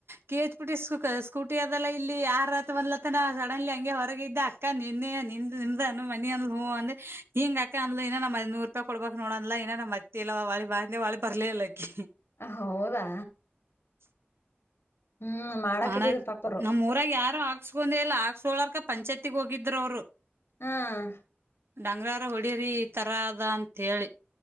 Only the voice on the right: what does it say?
K. H P T scooty ಅದಲ್ಲ ಇಲ್ಲಿ ಯಾರ ಅತ ಬರಲೆಂತನ ಸಡನ್ಲಿ ಹಂಗೆ ಹೊರಗಿಂದ. ಅಕ್ಕ ನಿನ್ನೆ ನಿಂದನ ಮನೆ ಅಂದಲ್ಲು ಹೂ ಅಂದ ಹಿಂಗ ಅಕ್ಕ ಅಂದ್ಲು ನಮ್ಮ ವು ಐದುನೂರು ರೂಪಾಯಿ ಕೊಡ್ಬೇಕಕ್ ನೋಡ ಅಂದ್ಲ ಈಗ ನಮ್ ಗೊತ್ತಿಲ್ಲವಾ ಹೊಳ್ಳಿ ಬಾ ಅಂದೆ ಹೊಳ್ಳಿ ಬರಲೆ ಇಲ್ಲಾ ಆಕಿ.
<inaudible>
ಮಾಡ
ನಮ್ ಊರಾಗ ಯಾರು ಆಗ್ಕ್ಸ ಹಾಸ್ಕೊಂಡಿಲ್ಲ ಹಾಸ್ಕೊಳಕ ಪಂಚಾಯತಿಗ್ ಹೋಗಿದ್ರು ಅವರು
ಡಂಗರ ಹೊಡರಿ ಈ ತರ ಅದ ಅಂತ ಹೇಳಿ.